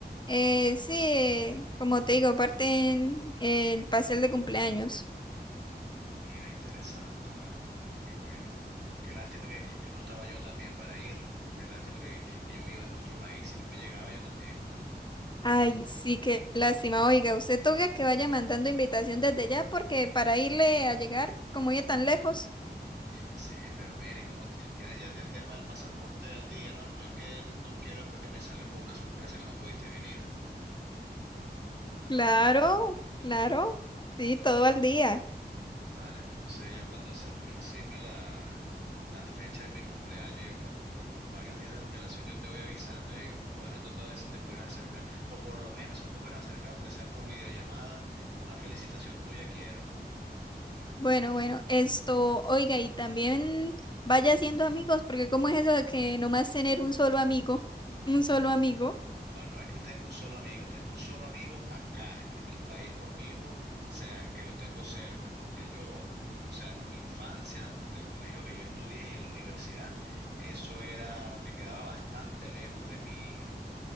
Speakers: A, on the left (about 25°); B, on the right (about 75°).
A: eh, sí, eh, como te digo, parten el pastel de cumpleaños.
B: Mira, interesante, vale. Qué bueno. Qué lástima que, que no estaba yo también para ir. Qué lástima que, que yo viva en otro país. Si no me llegaba yo también.
A: Ay, sí, qué lástima. Oiga, usted toca que vaya mandando invitación desde ya porque para irle a llegar, como ya tan lejos.
B: Sí, pero mira, ¿y cómo t- tienes ya el tema del pasaporte al día? No, no es que no quiero después que me salgas con una sorpresa que no pudiste venir.
A: Claro, claro. Sí, todo al día.
B: Vale, entonces ya cuando se aproxime la, la fecha de mi cumpleaños, yo con, con varios días de antelación yo te voy avisando y ahí vamos cuadrando todo a ver si te puedes acercar, o por lo menos si no te puedes acercar, aunque sea por videollamada, una felicitación tuya quiero.
A: Bueno, bueno, esto, oiga, y también vaya haciendo amigos, porque cómo es eso de que nomás tener un solo amigo, un solo amigo.
B: No, no es que tenga un solo amigo, tengo un solo amigo acá en el país conmigo, o sea, que lo tengo cerca, porque yo, o sea, en mi infancia, en el colegio que yo estudié y en la universidad, eso era, me quedaba bastante lejos de mi,